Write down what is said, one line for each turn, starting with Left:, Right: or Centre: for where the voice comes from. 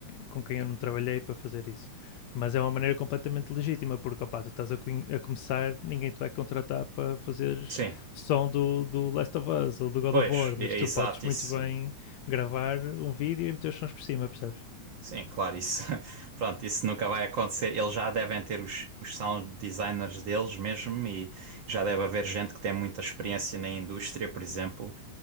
Left: com quem eu não trabalhei para fazer isso. Mas é uma maneira completamente legítima, porque opá, tu estás a, a começar, ninguém te vai contratar para fazeres
Right: sim.
Left: som do, do Last of Us ou do God
Right: Pois,
Left: of War,
Right: é,
Left: mas
Right: é
Left: tu
Right: exato
Left: podes muito
Right: isso.
Left: bem gravar um vídeo e meter os sons por cima, percebes?
Right: Sim, claro, isso, <laughs> pronto, isso nunca vai acontecer. Eles já devem ter os, os sound designers deles mesmo e já deve haver gente que tem muita experiência na indústria, por exemplo.